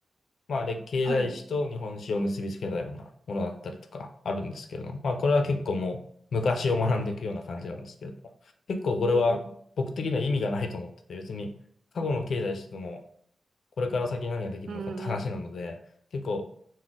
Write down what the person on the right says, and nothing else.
はい、
に、
うん、うん、